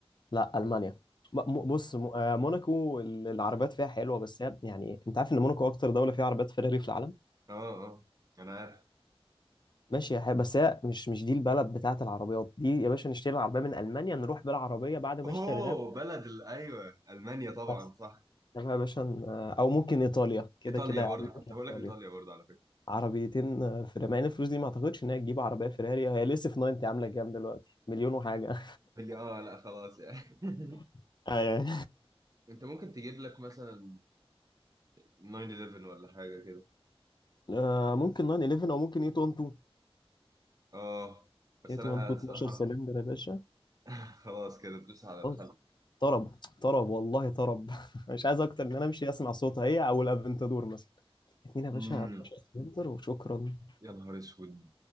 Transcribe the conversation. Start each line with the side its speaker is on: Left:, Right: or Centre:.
Left: لا المانيا ب- م- بص م- آه، موناكو ال- العربيات فيها حلوه بس هي يعني انت عارف ان موناكو اكتر دوله فيها عربيات فيراري في العالم
Right: اه اه انا عارف
Left: ماشي يا حبيبي بس هي مش مش دي البلد بتاعت العربيات دي يا باشا نشتري العربية من ألمانيا نروح بالعربية بعد ما
Right: اوه
Left: اشتريناها
Right: بلد ال- ايوه المانيا طبعا
Left: بس
Right: صح
Left: تمام يا باشا ن- أو ممكن إيطاليا كده
Right: ايطاليا
Left: كده يعني
Right: برضو آه. كنت
Left: إيطاليا
Right: هقول لك ايطاليا برضو على فكره
Left: عربيتين آه، فيراري مع إن الفلوس دي ما أعتقدش إن هي تجيب عربية فيراري هي لسه في 90 عاملة كام دلوقتي مليون وحاجة
Right: قال لي اه لا خلاص يعني <laughs>
Left: <laughs> ايوه
Right: انت ممكن تجيب لك مثلا 9/11 ولا حاجه كده
Left: آه ممكن 911 أو ممكن 812
Right: اه بس
Left: 812
Right: انا الصراحه
Left: 12 سلندر يا باشا
Right: <laughs> خلاص كده تدوس على الخلق
Left: خلاص طرب طرب والله طرب <laughs> مش عايز أكتر من إن أنا أمشي أسمع صوتها هي أو الأفنتادور مثلا اتنين يا باشا
Right: امم
Left: 12 سلندر وشكرا
Right: يا نهار اسود